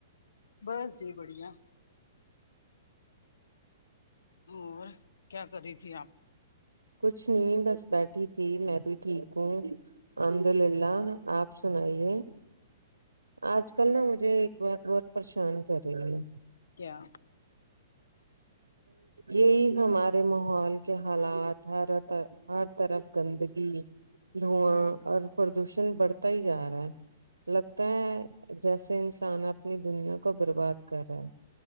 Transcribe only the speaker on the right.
کچھ نہیں بس بیٹھی تھی میں بھی ٹھیک ہوں الحمد للہ آپ سنائیے آج کل نا مجھے ایک بات بہت پریشان کر رہی ہے
یہی ہمارے ماحول کے حالات ہر ہر طرف گندگی دھواں
اور پردوشن بڑھتا ہی جا رہا ہے لگتا ہے جیسے انسان اپنی دنیا کو برباد کر رہا ہے